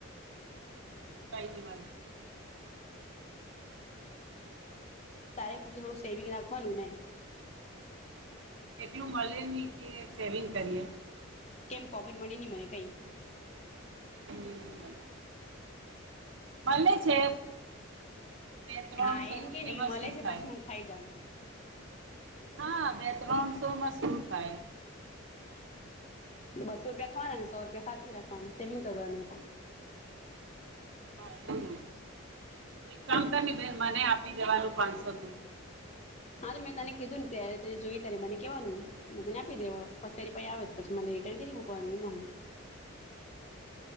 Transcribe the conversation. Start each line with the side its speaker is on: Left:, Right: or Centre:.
Right: કઈ નિ મલે.
Left: તારે પોતે થોડુંક સેવિંગ રાખવાનું ને.
Right: એટલું મળે ની કે સેવિંગ કરીએ.
Left: કેમ પોકેટ મની ની મળે કઈ.
Right: ની ની મલ મલે છે. બે ત્રણસો
Left: હા એમ કે ની
Right: એમાં
Left: મળે
Right: શું
Left: છે
Right: થાય
Left: પછી હું ખાઈ જામ.
Right: હા બે ત્રણસોમાં શું થાય.
Left: ત બસો રૂપિયા ખાવાના ને સો રૂપિયા સાચવી રાખવાનું સેવિંગ કરવાનું.
Right: હા એવું. એક કામ
Left: હા
Right: કરની બેન મને આપી દેવાનું પાંચસો તું
Left: તો મેં તને કીધું ને ત્યારે તેયે જોઈએ ત્યારે મને કહેવાનું મેં તને આપી દેવા. પછી તારી પાહે આવે તો પછી મને રિટર્ન કરી મકવાનું એમા હુ.